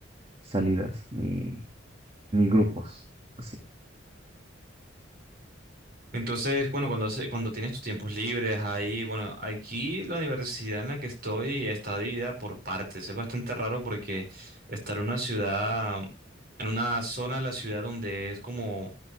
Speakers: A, on the right (about 30°); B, on the right (about 50°).
A: salidas ni, ni grupos. Así.
B: Entonces, bueno, cuando, hace- cuando tienes tus tiempos libres ahí, bueno, aquí la universidad en la que estoy está dividida por partes. Es bastante raro porque estar en una ciudad, en una zona de la ciudad donde es como